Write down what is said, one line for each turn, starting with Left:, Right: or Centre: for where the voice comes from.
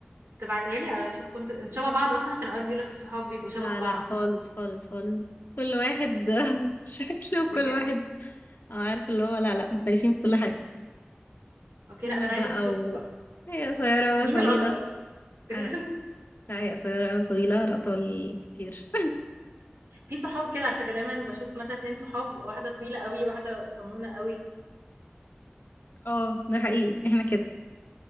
Right: تبعتيها لي أشوف كنتم أنتم شبه بعض أصلًا؟ عشان أوقات بيقولوا لك الصحاب بيبقوا شبه
Left: لا
Right: بعض.
Left: لا خالص خالص خالص كل واحد <laughs> شكله وكل
Right: بجد؟
Left: واحد أو عارف اللي هو لا لا مختلفين في كل حاجة
Right: أوكي،
Left: طول
Right: لأ ده أنا
Left: بقى
Right: عايزة أشوفكم
Left: و
Right: بقى.
Left: هي قصيرة
Right: مين
Left: طويلة
Right: الأطول؟ بجد،
Left: أنا لا هي قصيرة أنا طويلة أنا أطول كتير
Right: <laughs> في صحاب كده على فكرة دايمًا باشوف مثلًا 2 صحاب، واحدة طويلة أوي، واحدة صنونة أوي.
Left: <laughs> اه ده حقيقي احنا كده